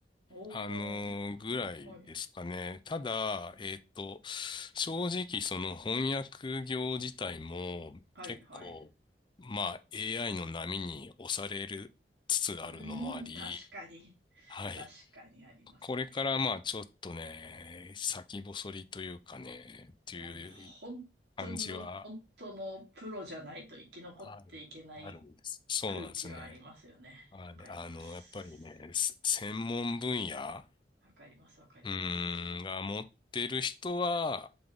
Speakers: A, on the right (about 80°); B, on the left (about 25°).
A: おー、
B: あのーぐらいですかね。
A: はいはい。
B: ただ、
A: うん
B: えっと、正直、その翻訳業自体も結構、
A: はいはい。
B: まあ、AI の波に押されるつつあるのもあり、
A: うーん、確かに。
B: はい。
A: 確かにありますね。
B: これから、まあ、ちょっとね、先細りというかね、っていう
A: いや、もう本当の、
B: 感じは
A: 本当のプロじゃないと生き残っていけない
B: ある、あるんです。そうなんですね。
A: 空気はありますよね。
B: はい、
A: わかります。
B: あの、やっぱりね、す専門分野、
A: わかります、わかります。
B: うーん、が持ってる人は、